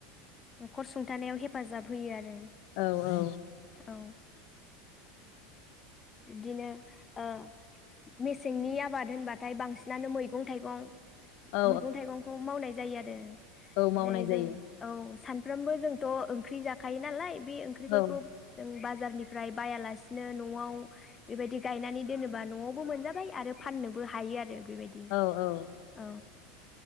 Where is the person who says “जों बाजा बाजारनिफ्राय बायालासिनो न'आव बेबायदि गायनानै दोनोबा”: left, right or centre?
Left